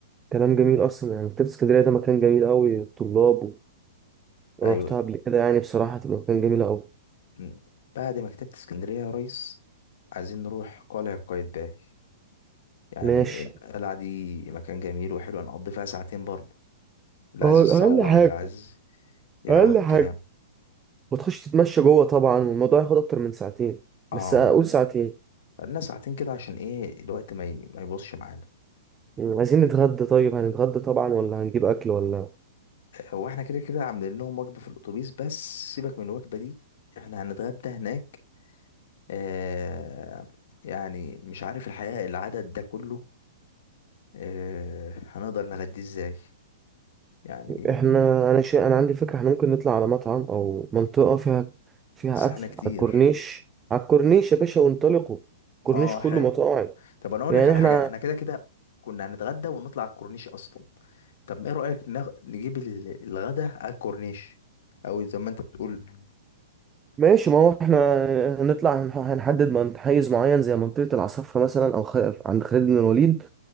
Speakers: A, on the right; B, on the left.
A: كلام جميل اصلا يعني مكتبة اسكندرية ده مكان جميل قوي الطلاب و- وانا
B: أيوة
A: رحتها قبل كده يعني بصراحة تبقى مكان جميل قوي
B: م. بعد مكتبة اسكندرية يا ريس عايزين نروح قلعة قايتباي يعني
A: ماشي
B: القلعة دي مكان جميل وحلو هنقضي فيها ساعتين برضه اللي
A: اه
B: عايز يتصور
A: اقل حاجه
B: اللي عايز يروق
A: اقل
B: الكلام
A: حاجه وتخش تتمشى جوه طبعا والموضوع ياخد اكتر من ساعتين
B: اه
A: بس اقول ساعتين
B: خدنا ساعتين كده عشان ايه الوقت ما ي... ما يبصش معانا
A: مم، عايزين نتغدى طيب هنتغدى طبعا ولا هنجيب اكل ولا
B: هو احنا كده كده عاملين لهم وجبة في الاتوبيس بس سيبك من الوجبة دي احنا هنتغدى هناك آه يعني مش عارف الحقيقة العدد ده كله آه هنقدر نغديه ازاي يعني
A: احنا انا شيء انا عندي فكرة احنا ممكن نطلع على مطعم او منطقة فيها فيها
B: بس
A: اكل
B: احنا كتير
A: على الكورنيش على الكورنيش يا باشا وانطلقوا الكورنيش
B: اه
A: كله
B: حلو
A: مطاعم
B: طب انا اقول
A: يعني
B: لك على
A: احنا
B: حاجه احنا كده كده كنا هنتغدى ونطلع على الكورنيش اصلا طب ما ايه رايك نغ... نجيب ال- الغدا على الكورنيش او زي ما انت بتقول
A: ماشي ما هو احنا هنطلع هنح- هنحدد من حيز معين زي منطقة العصفرة مثلا أو خ... عند خالد بن الوليد